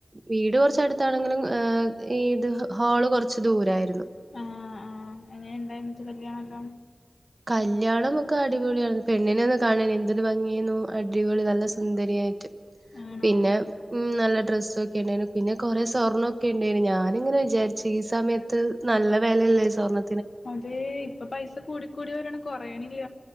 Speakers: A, on the right; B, on the left.
A: വീട് കുറച്ചടുത്താണെങ്കിലും ഏ ഈ ഇത് ഹോള് കൊറച്ച് ദൂരായിരുന്നു
B: ആഹ് ആഹ് എങ്ങനെ ഇണ്ടായി എന്നിട്ട് കല്യാണല്ലോ
A: കല്യാണം ഒക്കെ അടിപൊളിയാണ് പെണ്ണിനെ ഒന്ന് കാണനി എന്തൊരു ഭംഗിയേനൊ അടിപൊളി നല്ല സുന്ദരിയായിട്ട്
B: ആണോ
A: പിന്നെ മ്മ് നല്ല ഡ്രസ്സൊക്കെ ഉണ്ടായിനു പിന്നെ കുറേ സ്വർണ്ണോക്കെ ഉണ്ടായിന് ഞാനിങ്ങനെ വിചാരിച്ച് ഈ സമയത്ത് നല്ല വിലയല്ലേ സ്വർണ്ണ
B: അതെ ഇപ്പൊ പൈസ കൂടി കൂടി വരാണ് കുറയണില്ല